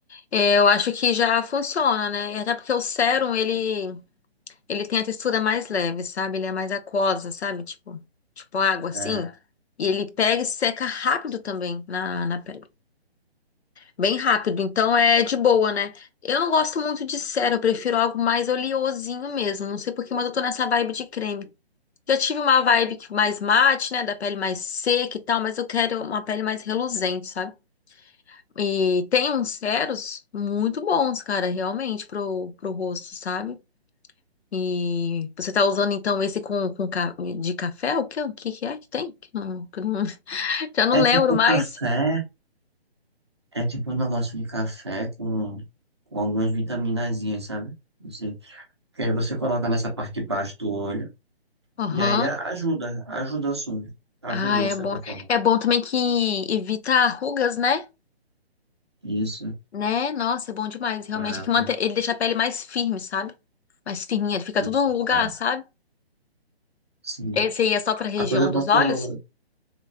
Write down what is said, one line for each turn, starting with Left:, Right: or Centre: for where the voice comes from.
Left: É, eu acho que já funciona, né? E até porque o sérum, ele, ele tem a textura mais leve, sabe? Ele é mais aquosa, sabe? Tipo, tipo água, assim.
Right: É,
Left: E ele pega e seca rápido também na, na pele. Bem rápido, então é de boa, né? Eu não gosto muito de sérum, eu prefiro algo mais oleosinho mesmo. Não sei por que, mas eu tô nessa vibe de creme. Já tive uma vibe que mais mate, né? Da pele mais seca e tal, mas eu quero uma pele mais reluzente, sabe? E tem uns ceros muito bons, cara, realmente, pro, pro rosto, sabe? E você tá usando então esse com, com ca- de café? O que, o que que é que tem? Que não- que não- <laughs> já não
Right: é
Left: lembro
Right: tipo
Left: mais.
Right: café, é tipo um negócio de café com, com algumas vitaminazinhas, sabe? Você, que aí você coloca nessa parte de baixo do olho
Left: Aham.
Right: e aí a- ajuda, ajuda sim, ajuda
Left: Ah, é
Right: de certa
Left: bom.
Right: forma.
Left: É bom também que evita rugas, né?
Right: Isso,
Left: Né? Nossa, é bom demais, realmente.
Right: ah,
Left: É que mantém, ele deixa a pele mais firme, sabe? Mais firminha, fica
Right: isso,
Left: tudo no lugar,
Right: ah,
Left: sabe?
Right: sim.
Left: Esse aí é só pra região
Right: A coisa boa
Left: dos
Right: é
Left: olhos?
Right: que eu